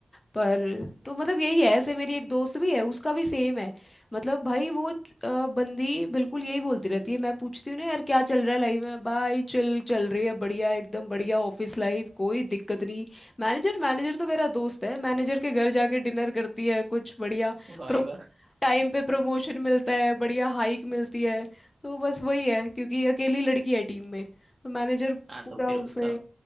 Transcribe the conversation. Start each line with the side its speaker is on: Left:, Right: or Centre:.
Left: पर तो मतलब यही है ऐसे मेरी एक दोस्त भी है उसका भी सेम है मतलब भाई वो अ, बंदी बिल्कुल यही बोलती रहती है मैं पूछती हूँ ना यार क्या चल रहा है लाइफ में भाई चल चल रही है बढ़िया एकदम बढ़िया ऑफिस लाइफ कोई दिक्कत नहीं मैनेजर मैनेजर तो मेरा दोस्त है मैनेजर के घर जाके डिनर करती है कुछ बढ़िया
Right: भाई
Left: प्रो
Right: वाह
Left: टाइम पे प्रमोशन मिलता है बढ़िया हाइक मिलती है तो बस वही है क्योंकि अकेली लड़की है टीम में तो मैनेजर पूरा
Right: हाँ तो फिर
Left: उसे
Right: उसका